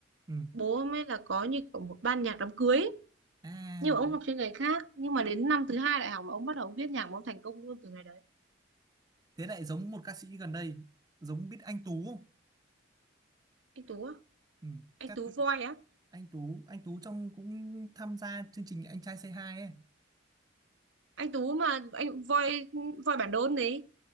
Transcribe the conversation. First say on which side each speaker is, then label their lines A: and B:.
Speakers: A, on the right; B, on the right.
A: ừ.
B: bố ông ấy là có như kiểu một ban nhạc đám cưới ấy.
A: À
B: nhưng mà ông học chuyên ngành khác nhưng mà đến năm thứ hai đại học là ông bắt đầu viết nhạc mà ông thành công luôn từ ngày đấy
A: thế lại giống một ca sĩ gần đây giống biết anh Tú không
B: anh Tú á
A: ừ,
B: anh
A: các
B: Tú
A: khi-
B: voi á
A: anh Tú anh Tú trong cũng tham gia chương trình Anh Trai Say Hi ấy
B: anh Tú mà anh voi voi bản đôn đấy